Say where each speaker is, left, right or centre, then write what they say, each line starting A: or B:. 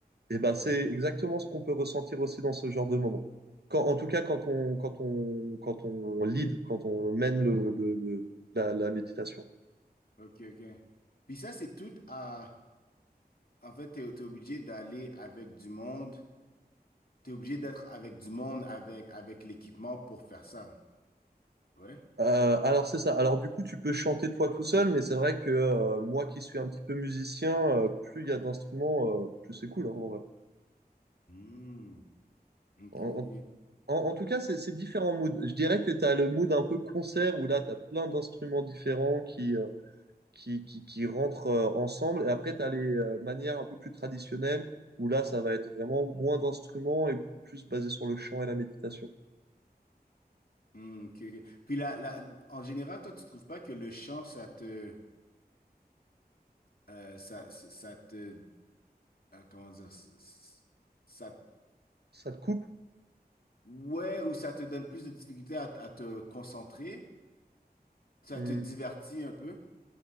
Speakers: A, on the right; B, on the left.
A: Et
B: Ouais,
A: ben, c'est
B: ouais.
A: exactement ce qu'on peut ressentir aussi dans ce genre de moment. Quand, en tout cas, quand on, quand on, quand on lead, quand on mène le, le- le- la, la méditation.
B: Ok, ok. Puis ça, c'est tout à... En fait, t'es, t'es obligé d'aller avec du monde. T'es obligé d'être avec du monde, avec, avec l'équipement pour faire ça. Ouais?
A: Euh, alors, c'est ça. Alors, du coup, tu peux chanter toi tout seul, mais c'est vrai que euh, moi qui suis un petit peu musicien, euh, plus il y a d'instruments, euh, plus c'est cool. hein, en vrai.
B: Hmm. Ok,
A: En,
B: ok.
A: en- en tout cas, c'est c'est différents moods. Je dirais que tu as le mood un peu concert où là, tu as plein d'instruments différents qui, euh, qui, qui, qui rentrent euh, ensemble. Et après, tu as les euh, manières un peu plus traditionnelles, où là, ça va être vraiment moins d'instruments et beaucoup plus basé sur le chant et la méditation.
B: Hmm, ok, ok. Puis là, là, en général, toi, tu trouves pas que le chant, ça te... euh, ça, ça ça te... euh, comment dire? Ça, ça-
A: Ça te coupe?
B: ouais, ou ça te donne plus de difficulté à, à te concentrer? Ça
A: Hmm.
B: te divertit un peu?